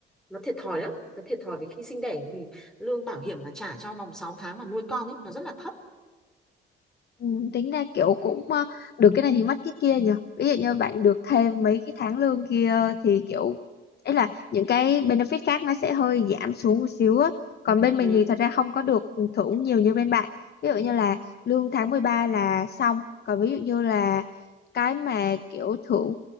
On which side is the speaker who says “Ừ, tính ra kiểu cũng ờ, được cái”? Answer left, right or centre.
Left